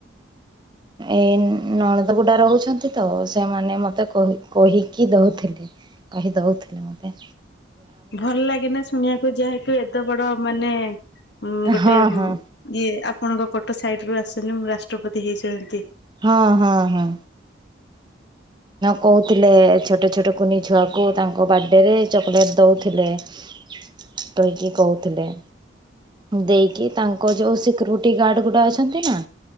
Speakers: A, on the right; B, on the left.
A: ଏଇ ନଣଦଗୁଡ଼ା ରହୁଛନ୍ତି ତ ସେମାନେ ମତେ କହି କହିକି ଦଉଥିଲେ। କହିଦଉଥିଲେ ମୋତେ।
B: ଭଲ ଲାଗେନା ଶୁଣିବାକୁ ଯେହେତୁ ଏତେ ବଡ଼ ମାନେ ଗୋଟେ
A: ହଁ
B: ଇଏ
A: ହଁ
B: ଆପଣଙ୍କ ପଟୋ ସାଇଟ ରୁ ଆସନି ମୁଁ ରାଷ୍ଟ୍ରପତି ହେଇଛନ୍ତି।
A: ହଁ ହଁ ହଁ କହୁଥିଲେ ଛୋଟ ଛୋଟ କୁନି ଛୁଆକୁ ତାଙ୍କ ବାର୍ଥଡେରେ ଚକୋଲେଟ୍ ଦେଉଥିଲେ। ତଇକି କହୁଥିଲେ। ଦେଇକି ତାଙ୍କ ଯୋଉ ସିକ୍ୟୁରିଟି ଗାର୍ଡ ଗୁଡା ଅଛନ୍ତି ନା